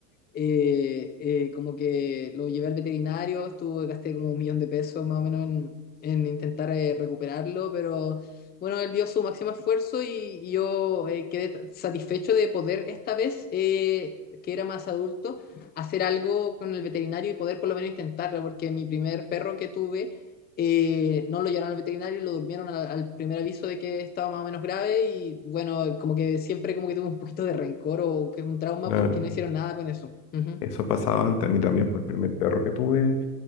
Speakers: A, on the left; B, on the left.
A: eh, eh, como que lo llevé al veterinario, estuve, gasté como un millón de pesos más o menos en, en intentar eh, recuperarlo, pero bueno, él dio su máximo esfuerzo y, y yo eh, quedé tra- satisfecho de poder esta vez, eh, que era más adulto, hacer algo con el veterinario y poder por lo menos intentarlo, porque mi primer perro que tuve... eh, no lo llevaron al veterinario, lo durmieron al, al primer aviso de que estaba más o menos grave y bueno, como que siempre como que tuve un poquito de rencor o que un trauma
B: Claro.
A: porque no hicieron nada con eso. Ujú.
B: Eso pasaba antes a mí también, por el primer perro que tuve,